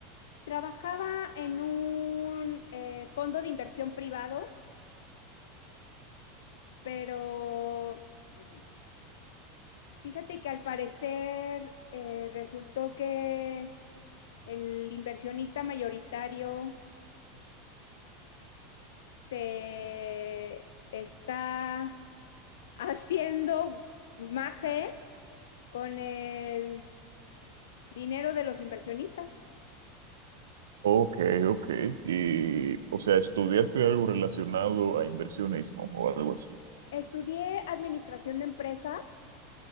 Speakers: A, on the left; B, on the right.
A: Trabajaba en un eh, fondo de inversión privado, pero mm, fíjate que al parecer eh, resultó que el inversionista mayoritario se está haciendo maje con el dinero de los inversionistas.
B: Ok, ok. Y, o sea, ¿estudiaste algo relacionado a inversionismo o algo así?
A: Estudié administración de empresas,